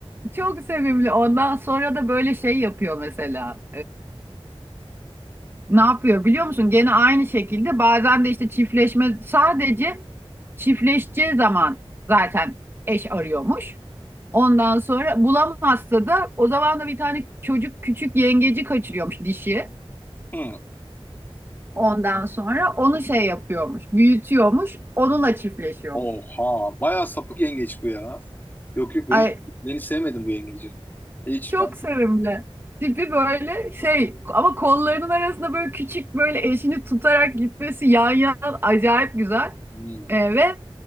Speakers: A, on the right; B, on the left.
A: Çok sevimli. Ondan sonra da böyle şey yapıyor mesela. Ne yapıyor biliyor musun? Gene aynı şekilde bazen de işte çiftleşme sadece çiftleşeceği zaman zaten eş arıyormuş. Ondan sonra bulamazsa da o zaman da bir tane çocuk küçük yengeci kaçırıyormuş dişi.
B: Hmm.
A: Ondan sonra onu şey yapıyormuş, büyütüyormuş, onunla çiftleşiyormuş.
B: Oha, bayağı sapık yengeç bu ya. Yok yok beni
A: Ay
B: beni sevmedim bu yengeci. Hiç
A: çok
B: ben
A: sevimli. Tipi böyle şey ama kollarının arasında böyle küçük böyle eşini tutarak gitmesi yan yana acayip güzel.
B: Hmm,
A: Ee, ve